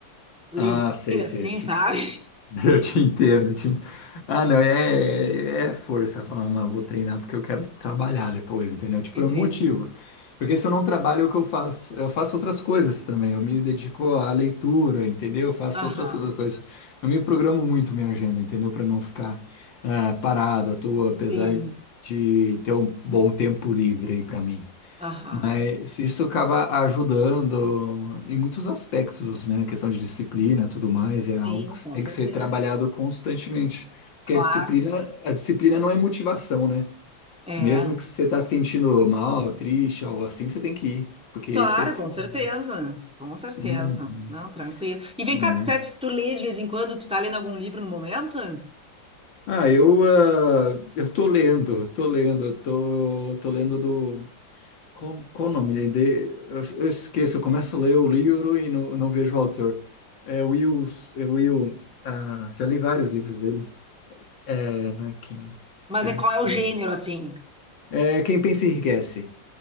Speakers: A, in the centre; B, on the left.
A: leseira
B: Ah, sei, sei.
A: assim, sabe?
B: <laughs> Eu te entendo, te ent- Ah, não, é, é é força falar, mano, vou treinar porque eu quero trabalhar depois, entendeu? Tipo,
A: <laughs> Entendi.
B: é um motivo. Porque se eu não trabalho, o que eu faço? Eu faço outras coisas também. Eu me dedico à leitura, entendeu? Eu faço
A: Aham.
B: outras coisas. Eu me programo muito minha agenda, entendeu? Para não ficar ah, parado à toa, apesar
A: Sim.
B: de ter um bom tempo livre aí para mim.
A: Aham.
B: Isso isso acaba ajudando em muitos aspectos, né? A questão de disciplina, tudo mais, é
A: Sim,
B: algo que
A: com
B: tem
A: certeza.
B: que ser trabalhado constantemente. Porque
A: Claro,
B: a disciplina, a disciplina não é motivação, né?
A: é.
B: Mesmo que você tá sentindo mal, triste, algo assim, você tem que ir, porque
A: Claro,
B: isso é disciplina.
A: com certeza. Com certeza.
B: Uhum,
A: Não, tranquilo. E vem
B: é.
A: cá, tu disseste que tu lê de vez em quando, tu tá lendo algum livro no momento?
B: Ah, eu, ah, eu tô lendo, tô lendo, eu tô, tô lendo do Qual, qual o nome? De, eu, eu esqueço, eu começo a ler o livro e não, não vejo o autor. É Will, é Will, ah, já li vários livros dele. É, não é Quem
A: Mas
B: Pensa.
A: é qual é o gênero, assim?
B: É Quem Pensa Enriquece.